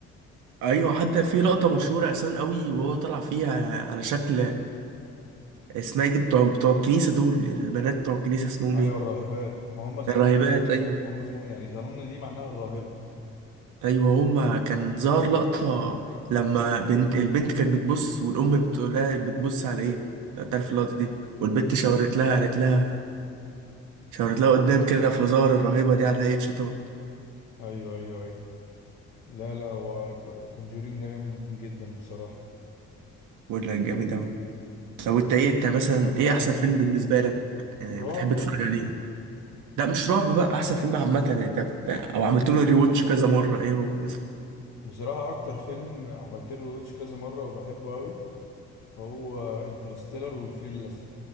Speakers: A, on the right (about 85°); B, on the left (about 75°).
A: ايوه حتى في لقطه مشهوره اساسا قوي وهو طلع فيها على شكل اسمها إيه دي بتوع بتوع الكنيسه دول البنات بتوع الكنيسه اسمهم
B: ايوه
A: ايه
B: الراهبات ما هم اسمهم
A: الراهبات
B: ظنون.
A: ايوه
B: ما هم اسمهم يعني ظنون دي معناها الراهبه
A: ايوه هما كان ظهر لقطه لما بنت البنت كانت بتبص والام بتقول لها بتبص على ايه لو تعرف اللقطه دي والبنت شاورت لها قالت لها شاورت لها قدام كده فزار الرهيبه دي على هيئه شيطان
B: ايوه ايوه ايوه لا لا هو كونجورينج ده جامد جدا بصراحه
A: ولا جامد اوي طب انت ايه انت مثلا
B: طب
A: ايه
B: لا
A: احسن فيلم بالنسبه لك آه،
B: رعب
A: بتحب تتفرج عليه لا مش رعب بقى احسن فيلم عامه يعني انت بت... او عملت له ريوتش كذا مره ايه هو مثلا
B: بصراحه اكتر فيلم عملت له روتش كذا مره وبحبه قوي هو انترستيلر والفيل الازرق